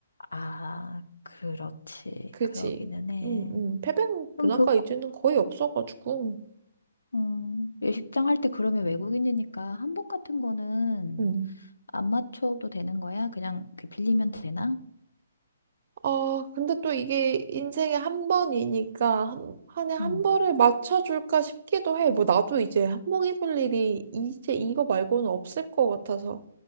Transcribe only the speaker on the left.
아, 그렇지.
그러기는 해.
그럼
그거,
음, 예식장 할 때 그러면 외국인이니까 한복 같은 거는
안 맞춰도 되는 거야? 그냥 그 빌리면 되나?
응.